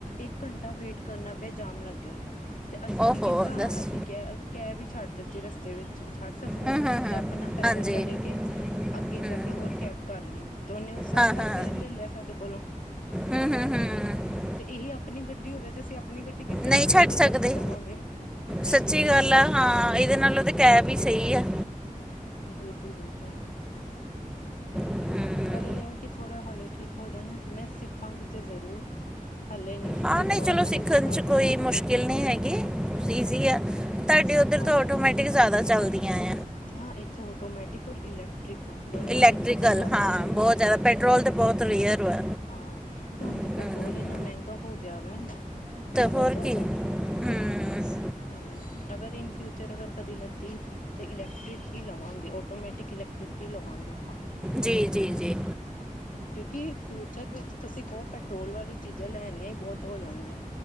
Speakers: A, on the left (about 65°); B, in the centre.
A: ਇੱਕ ਘੰਟਾ ਵੇਟ ਕਰਨਾ ਪਿਆ ਜਾਮ ਲੱਗ ਗਿਆ ਅਸੀਂ ਕੀ
B: ਓਹੋ
A: ਕੀਤਾ
B: ਦੱਸ
A: ਅਸੀਂ ਤੇ ਕ ਕੈਬ ਹੀ ਛੱਡ ਦਿੱਤੀ ਰਸਤੇ ਵਿੱਚ ਛੱਡ ਸਕਦੇ
B: ਹਮ
A: ਹਾਂ
B: ਹਮ
A: ਅਤੇ
B: ਹਮ
A: ਆਪਣਾ ਪੈਦਲ
B: ਹਾਂਜੀ
A: ਚਲ ਕੇ ਅੱਗੇ
B: ਹਮ,
A: ਜਾ ਕੇ ਹੋਰ ਕੈਬ ਕਰ ਲੀ ਤੇ ਉਹਨੇ ਉਸ ਹਿਸਾਬ
B: ਹਾਂ
A: ਨਾਲ
B: ਹਾਂ
A: ਫਿਰ ਲੈ ਲਿਆ ਸਾਡੇ ਕੋਲੋਂ
B: ਹਮ ਹਮ ਹਮ
A: ਤੇ ਇਹੀ ਆਪਣੀ ਗੱਡੀ ਹੋਵੇ ਤੇ ਅਸੀਂ ਆਪਣੀ ਗੱਡੀ ਕਿੱਥੇ
B: ਨਹੀਂ
A: ਰਸਤੇ ਚ ਛੱਡ
B: ਸਕਦੇ
A: ਕੇ ਜਾਵਾਂਗੇ
B: ਸੱਚੀ
A: ਹਮ
B: ਗੱਲ ਆ ਹਾਂ ਇਹਦੇ ਨਾਲੋ ਤੇ ਕੈਬ ਵੀ ਸਹੀ ਹੈ
A: ਬਿਲਕੁਲ, ਬਿਲਕੁਲ
B: ਹਮ।
A: ਪਰ ਇਹ ਹੈ ਕਿ ਥੋੜ੍ਹਾ ਹਾਲੇ ਠੀਕ ਹੋ ਜਾਣ ਮੈਂ ਸਿੱਖਾਂਗੀ ਤਾਂ ਜ਼ਰੂਰ ਹਾਲੇ ਨਹੀਂ
B: ਹਾਂ
A: ਅਤੇ
B: ਨਹੀਂ
A: ਬਾਅਦ
B: ਚਲੋ
A: ਵਿੱਚ
B: ਸਿੱਖਣ
A: ਸਿੱਖਾਂਗੇ
B: 'ਚ ਕੋਈ ਮੁਸ਼ਕਿਲ ਨਹੀਂ
A: ਹਮ
B: ਹੈਗੀ ਈਜ਼ੀ ਐ ਤੁਹਾਡੇ ਉੱਧਰ
A: ਹਾਂ
B: ਤੋਂ ਆਟੋਮੈਟਿਕ ਜ਼ਿਆਦਾ ਚੱਲਦੀਆ ਆ
A: ਹਾਂ ਇੱਥੇ ਆਟੋਮੈਟਿਕ ਔਰ ਇਲੈਕਟ੍ਰਿਕ ਦੋਨੋਂ
B: ਇਲੈਕਟ੍ਰੀਕਲ
A: ਇਹ ਚੀਜ਼ਾਂ ਜ਼ਿਆਦਾ
B: ਹਾਂ
A: ਹੋ ਗਈਆਂ
B: ਬਹੁਤ ਜ਼ਿਆਦਾ
A: ਹਮ
B: ਪੈਟਰੋਲ ਤੇ ਬਹੁਤ ਰੇਅਰ ਵਾ
A: ਹਾਂ ਤੇ ਹੁਣ
B: ਹਮ,
A: ਤਾਂ ਪੈਟਰੋਲ ਇੰਨਾ ਮਹਿੰਗਾ ਹੋ ਗਿਆ ਵਾ ਬਹੁਤ
B: ਹੋਰ
A: ਜ਼ਿਆਦਾ
B: ਕੀ ਹਮ
A: ਹਮ ਅਗਰ ਇਨ ਫਿਊਚਰ ਅਗਰ ਕਦੀ ਲੱਤੀ ਤੇ ਇਲੈਕਟ੍ਰਿਕ ਹੀ ਲਵਾਂਗੇ ਆਟੋਮੈਟਿਕ ਇਲੈਕਟ੍ਰਿਕ ਹੀ ਲਵਾਂਗੇ ਆਪਾਂ
B: ਜੀ, ਜੀ, ਜੀ
A: ਕਿਉਂਕਿ ਫਿਊਚਰ ਵਿੱਚ ਤੁਸੀਂ ਕਹੋ ਪੈਟਰੋਲ ਵਾਲੀ ਚੀਜ਼ਾਂ ਲੈਣੀਆਂ ਹੀ ਬਹੁਤ ਹੋ ਜਾਣੀਆਂ